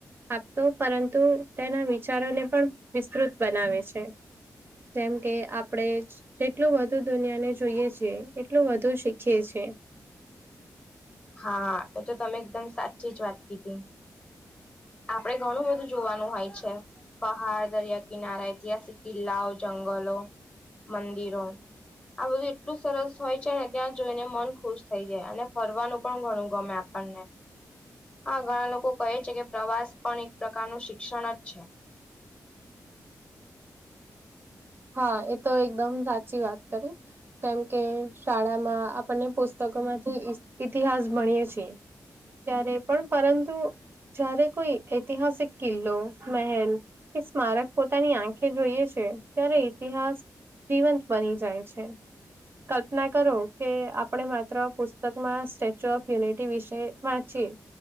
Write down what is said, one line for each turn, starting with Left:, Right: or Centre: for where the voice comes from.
Right: આપતો પરંતુ તેના વિચારોને પણ વિસ્તૃત બનાવે છે. જેમ કે આપડે જ જેટલું વધુ દુનિયાને જોઈએ છે એટલું વધુ શીખીએ છે.
Left: હા એ તો તમે એકદમ સાચી જ વાત કીધી આપડે ઘણું બધું જોવાનું હોય છે. પહાડ દરિયા કિનારા ઐતિહાસિક કિલ્લાઓ જંગલો મંદિરો આ બધું એટલું સરસ હોય છે ત્યાં જોઈને મન ખુશ થઈ જાય અને ફરવાનું પણ ઘણુ ગમે આપણને હા ઘણા લોકો કહે છે કે પ્રવાસ પણ એક પ્રકારનું શિક્ષણ જ છે.
Right: હા એ તો એકદમ સાચી વાત કરી કેમ કે શાળા માં આપણને પુસ્તકો માંથી ઇતિહાસ ભણીએ છીએ. ત્યારે પણ પરંતુ જ્યારે કોઈ ઐતિહાસિક કિલ્લો મહેલ એ સ્મારક પોતાની આંખે જોઈએ છે. ત્યારે ઇતિહાસ જીવંત બની જાય છે. કલ્પના કરો કે આપણે માત્ર પુસ્તકમાં સ્ટેચ્યુ ઓફ યુનિટી વિશે વા છીએ